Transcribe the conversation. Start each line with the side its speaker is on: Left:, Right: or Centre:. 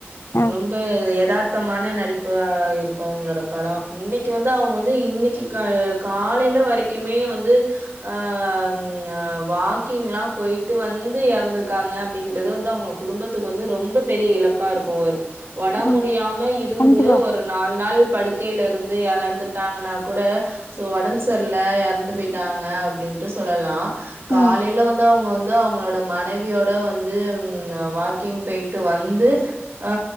Left: ஆ
Right: ரொம்ப எதார்த்தமான நடிப்பா இருக்கு அவ்ங்ளோட படோ இன்னிக் கு வந்து அவ்ங்க வந்து இன்னிக்கு காலல காலையில வரைக்கிமே வந்து ஆ ம் வாக்கிங்ல்லா போயிட்டு வந்து எறந்திருக்காங்க அப்டிங்கறது வந்து அவ்ங்க குடும்பத்துக்கு வந்து ரொம்ப பெரிய இழப்பா இருக்கு ஒர் ஒடம்
Left: ஆ
Right: முடியாம இருந்து
Left: கண்டிப்பா
Right: ஒரு நால் நாள் படுக்கையிலருந்து எறந்துட்டாங்கன்னா கூட சோ ஓடம் செர்ல்ல எற ந்து போயிட்டாங்க அப்டின்ட்டு சொல்லலா காலைல
Left: ம்
Right: வந்து அவுங்க வந் து அவுங்ளோட மனைவியோட வந்து ம் வாக்கிங் போய் ட்டு வந்து அ